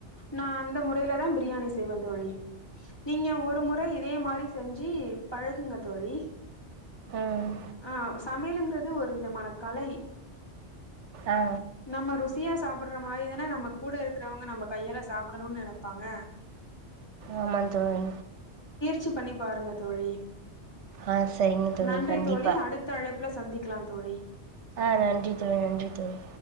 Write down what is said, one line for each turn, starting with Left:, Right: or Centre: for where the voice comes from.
Left: நா அந்த முறையில தா பிரியாணி செய்வே தோழி நீங்க ஒரு முறை இதே மாரி செஞ்சி பழகுங்க தோழி
Right: ம்
Left: அ சமையலுங்க இது அது ஒரு விதமான கலை
Right: ஆ
Left: நம்ம ருசியா சாப் சாப்புட்ற மாரி தான நம்ம கூட இருக்கிறவங்க நம்ம கையால்ல சாப்புடணுன் நெனப்பாங்க
Right: ஆமாங் தோழி
Left: சி பண்ணி பாருங்க தோழி
Right: ஆ சரிங்க
Left: நன்றி
Right: கண்டிப்பா
Left: தோழி அடுத்த அழைப்ல சந் சந்திக்லா தோழி
Right: அ நன்றி தோழி நன்றி தோழி